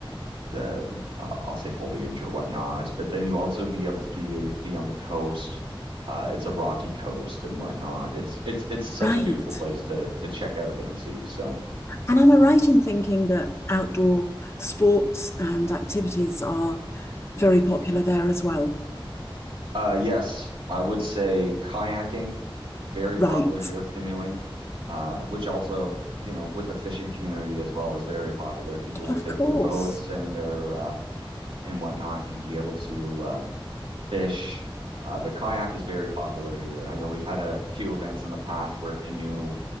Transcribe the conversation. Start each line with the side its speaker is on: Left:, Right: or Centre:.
Right: the uh, I'll say foliage or whatnot. But then you also be able to ge- be on the coast. Uh, it's a rocky coast and whatnot. It's it's it's such
Left: right.
Right: a beautiful place to to check out and see. So
Left: And am I right in thinking that outdoor sports and activities are very popular there as well?
Right: uh, yes, I would say kayaking, very
Left: Right.
Right: popular here. Canoeing, uh, which also you know with the fishing community as well is very popular. People will
Left: Of
Right: take
Left: course.
Right: their boats and their uh, and whatnot and be able to uh, fish. Uh, but kayak is very popular here. I know we've had a few events in the past where canoe